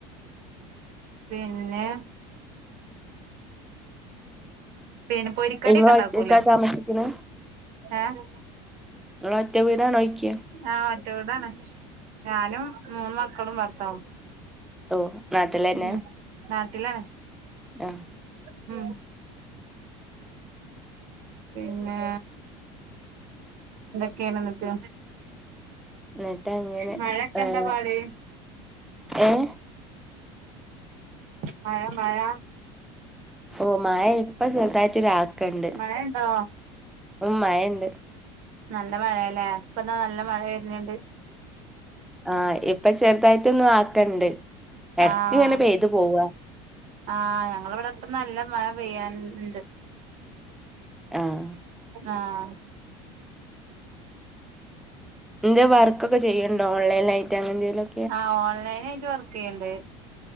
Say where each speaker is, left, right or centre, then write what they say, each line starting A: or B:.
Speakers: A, on the right (about 60°); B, in the centre.
A: പിന്നെ പിന്നെ പൊരിക്കടിക്കെ
B: ഇങ്ങള്
A: ഇണ്ടാക്കൂല്ലേ
B: ഒറ്റക്കാ താമസിക്കണെ
A: ഏഹ്
B: ഇങ്ങള് ഒറ്റ വീടാണോ ഇരിക്ക
A: ആഹ് ഒറ്റ വീടാണ് ഞാനും മൂന്ന് മക്കളും ഭർത്താവും
B: ഓഹ് നാട്ടിലെന്നെ
A: ഉം നാട്ടിലാണ്
B: ആഹ്
A: ഉം പിന്നെ എന്തൊക്കെ ആണ് എന്നിട്ട്
B: എന്നിട്ട് അങ്ങനെ
A: മഴൊക്കെ
B: ഏഹ്
A: എന്താ പാട്
B: ഏഹ്
A: മഴ മഴ
B: ഓഹ് മയ ഇപ്പ ചെറുതായിട്ട് ഒരാക്ക്ണ്ട്
A: മഴ ഇണ്ടോ
B: ഇപ്പം മയെണ്ട്
A: നല്ല മഴാല്ലേ ഇപ്പന്താ നല്ല മഴ വര്ണണ്ട്
B: ആഹ് ഇപ്പൊ ചെറുതായിട്ട് ഒന്ന് ആക്കണ്ട് എടക്ക്
A: ആഹ്
B: ഇങ്ങനെ പെയ്തു പോവാ
A: ആഹ് ഞങ്ങളവടെപ്പ നല്ല മഴ പെയ്യാൻ ഇണ്ട്
B: ആഹ്
A: ആഹ്
B: എന്തേലും വർക്കൊക്കെ ചെയ്യ്ണ്ടോ ഓൺലൈനായിട്ട് അങ്ങനെന്തേലും
A: ആഹ് ഓൺലൈൻ ആയിട്ട് വർക്കെയ്യണ്ട്